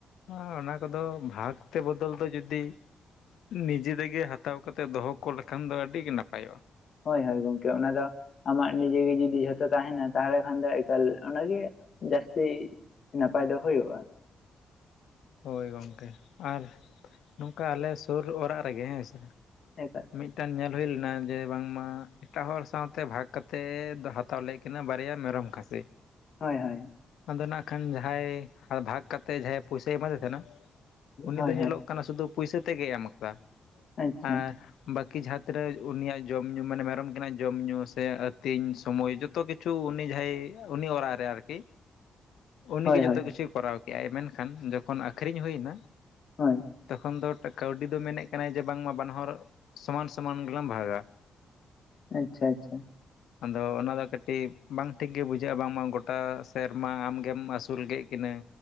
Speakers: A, on the left (about 80°); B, on the left (about 60°).
A: ᱦᱚᱸ ᱚᱱᱟ ᱠᱚᱫᱚ ᱵᱷᱟᱜᱽ ᱛᱮ ᱵᱚᱫᱚᱞ ᱫᱚ ᱡᱩᱫᱤ ᱱᱤᱡᱮ ᱛᱮᱜᱮ ᱦᱟᱛᱟᱣ ᱠᱟᱛᱮ ᱫᱚᱦᱚ ᱠᱚ ᱞᱮᱠᱷᱟᱱ ᱫᱚ ᱟᱹᱰᱤ ᱜᱮ ᱱᱟᱯᱟᱭᱚᱜᱼᱟ ᱾
B: ᱦᱳᱭ ᱦᱳᱭ ᱜᱚᱝᱠᱮ ᱚᱱᱟ ᱫᱚ ᱟᱢᱟᱜ ᱱᱤᱡᱮ ᱜᱮ ᱡᱩᱫᱤ ᱡᱷᱚᱛᱚ ᱛᱟᱦᱮᱱᱟ ᱛᱟᱦᱚᱞᱮ ᱠᱷᱟᱱ ᱫᱚ ᱮᱠᱟᱞ ᱚᱱᱟᱜᱮ ᱡᱟᱹᱥᱛᱤ ᱱᱟᱯᱟᱭ ᱫᱚ ᱦᱳᱭᱩᱜᱼᱟ
A: ᱦᱳᱭ ᱜᱚᱝᱠᱮ ᱟᱨ ᱱᱚᱝᱠᱟ ᱟᱞᱮ ᱥᱩᱨ ᱚᱲᱟᱜ ᱨᱮᱜᱮ ᱦᱮᱸᱥᱮ
B: <inaudible>
A: ᱢᱤᱫᱴᱟᱝ ᱧᱮᱞ ᱦᱩᱭ ᱞᱮᱱᱟ ᱡᱮ ᱵᱟᱝᱢᱟ ᱮᱴᱟᱜ ᱦᱚᱲ ᱥᱟᱶᱛᱮ ᱵᱷᱟᱜᱽ ᱠᱟᱛᱮᱫ ᱫᱟᱦᱟ ᱛᱟᱣᱞᱮᱜᱠᱤᱱᱟᱹᱭ ᱵᱟᱨᱭᱟ ᱢᱮᱨᱚᱢ ᱠᱷᱟᱥᱤ
B: ᱦᱳᱭ ᱦᱳᱭ
A: ᱟᱫᱚ ᱱᱟᱜ ᱠᱷᱟᱱ ᱡᱟᱦᱟᱸᱭ ᱵᱷᱟᱜᱽ ᱠᱟᱛᱮᱫ ᱡᱟᱦᱟᱸᱭ ᱯᱚᱭᱥᱟᱭ ᱮᱢᱟᱫᱮ ᱛᱟᱦᱮᱱᱟ ᱩᱱᱤ
B: ᱦᱳᱭ
A: ᱫᱚ ᱧᱮᱞᱚᱜ
B: ᱦᱳᱭ
A: ᱠᱟᱱᱟ ᱥᱩᱫᱩ ᱯᱩᱭᱥᱟᱹ ᱛᱮᱜᱜᱮᱭ ᱮᱢ ᱠᱟᱫᱟ
B: ᱟᱪᱪᱷᱟ
A: ᱟᱨ ᱵᱟᱹᱠᱤ ᱡᱟᱦᱟᱸ ᱛᱤᱱᱟᱹᱜ ᱩᱱᱤᱭᱟᱜ ᱡᱚᱢ ᱧᱩ ᱢᱟᱱᱮ ᱢᱮᱨᱚᱢᱠᱤᱱᱟᱜ ᱡᱚᱢ ᱧᱩ ᱥᱮ ᱟᱹᱛᱤᱧ ᱥᱚᱢᱚᱭ ᱡᱚᱛ ᱡᱚᱛᱚ ᱠᱤᱪᱷᱩ ᱩᱱᱤ ᱡᱟᱦᱟᱸᱭ ᱩᱱᱤ ᱚᱲᱟᱜ ᱨᱮ ᱟᱨᱠᱤ ᱩᱱᱤᱜᱮ
B: ᱦᱳᱭ
A: ᱡᱚᱛᱚ
B: ᱦᱳᱭ
A: ᱠᱤᱪᱷᱩᱭ ᱠᱚᱨᱟᱣ ᱠᱮᱜᱼᱟᱭ ᱢᱮᱱᱠᱷᱟᱱ ᱡᱚᱠᱷᱚᱱ ᱟᱠᱷᱨᱤᱧ ᱦᱩᱭᱱᱟ
B: ᱦᱳᱭ
A: ᱛᱚᱠᱷᱚᱱ ᱫᱚ ᱠᱟᱹᱣᱰᱤ ᱫᱚ ᱢᱮᱱᱮᱫ ᱠᱟᱱᱟᱭ ᱡᱮ ᱵᱟᱝᱢᱟ ᱵᱟᱱᱟ ᱦᱚᱲ ᱥᱚᱢᱟᱱ ᱥᱚᱢᱟᱱ ᱜᱮᱞᱟᱝ ᱵᱷᱟᱜᱟ ᱾
B: ᱟᱪᱪᱷᱟ ᱟᱪᱪᱷᱟ
A: ᱟᱫᱚ ᱚᱱᱟ ᱫᱚ ᱠᱟᱹᱴᱤᱡ ᱵᱟᱝ ᱴᱷᱤᱠ ᱜᱮ ᱵᱩᱡᱷᱟᱹᱜᱼᱟ ᱵᱟᱝᱢᱟ ᱜᱚᱴᱟ ᱥᱮᱨᱢᱟ ᱟᱢᱜᱮᱢ ᱟᱹᱥᱩᱞ ᱠᱮᱫ ᱠᱤᱱᱟᱹ